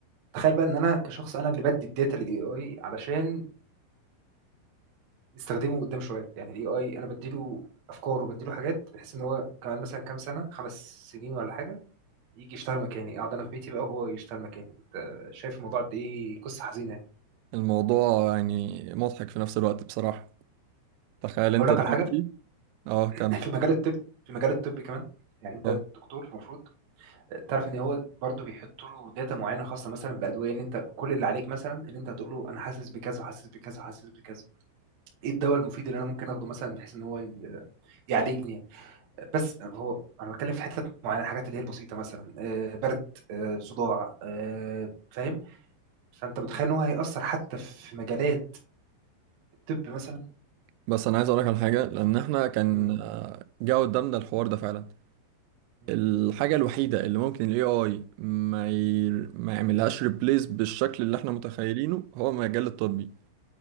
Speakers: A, on the right (about 60°); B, on the right (about 85°).
A: تخيل بقى ان انا كشخص انا اللي بدي الداتا للاي اي علشان نستخدمه قدام شويه يعني الاي اي انا بديله افكار وبديله حاجات بحيث ان هو كمان مثلا كام سنه خمس سنين ولا حاجه يجي يشتغل مكاني اقعد انا في بيتي بقى وهو يشتغل مكاني انت شايف الموضوع قد ايه قصه حزينه يعني.
B: الموضوع يعني مضحك في نفس الوقت بصراحة تخيل انت
A: اقول لك
B: دلوقتي
A: على حاجه
B: اه
A: <clears throat>
B: كم
A: في مجال الطب في مجال الطب كمان يعني انت
B: اه
A: دكتور المفروض تعرف ان هو برضو بيحط له داتا معينه خاصه مثلا بادويه ان انت كل اللي عليك مثلا ان انت هتقول له انا حاسس بكذا حاسس بكذا حاسس بكذا ايه الدواء المفيد اللي انا ممكن اخده مثلا بحيث ان هو ي- يعالجني يعني. بس هو انا بتكلم في حتت معينه الحاجات اللي هي البسيطه مثلا آه، برد آه، صداع آه، فاهم فانت متخيل ان هو هيأثر حتى في مجالات الطب مثلا
B: بس انا عايز اقولك على حاجة لان احنا كان
A: مم،
B: آه، جه قدامنا الحوار ده فعلا
A: مم،
B: الحاجة الوحيدة اللي ممكن ال AI ما, ي... ما يعملهاش ريبليس بالشكل اللي احنا متخيلينه هو المجال الطبي